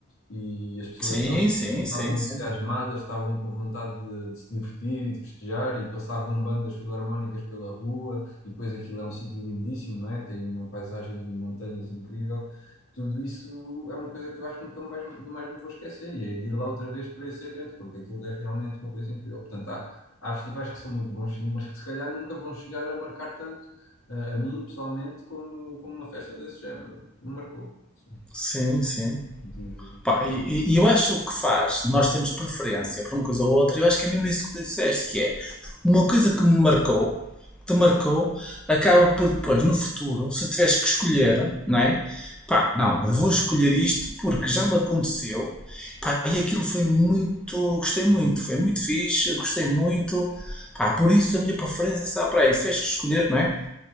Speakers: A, on the left; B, in the centre.
A: e as pessoas
B: sim,
A: estavam,
B: sim,
A: estavam
B: sim,
A: entusiasmadas,
B: sim,
A: estavam com vontade de, de se divertir e de festejar, e passavam bandas filarmónicas pela rua, e depois aquilo é um sítio lindíssimo, não é? Tem uma paisagem de montanhas incrível. Tudo isso é uma coisa que eu acho que nunca mais, mais me vou esquecer, e é de ir lá outra vez para esse evento, porque aquilo é realmente uma coisa incrível. Portanto, há, há festivais que são muito bons, sim, mas que se calhar nunca vão chegar a marcar tanto. eh, A mim, pessoalmente, como, como uma festa desse género, me marcou. Sim.
B: sim, sim.
A: Tive-
B: Pá, e, e eu acho que o que faz, nós temos preferência por uma coisa ou outra, eu acho que é mesmo isso que tu disseste, que é uma coisa que me marcou, que te marcou, acaba por depois, no futuro, se tivesse que escolher, não é? Pá, não, eu vou escolher isto porque já me aconteceu, pá, e aquilo foi muito, gostei muito, foi muito fixe, gostei muito, pá, por isso a minha preferência está para aí, se tivesse que escolher, não é?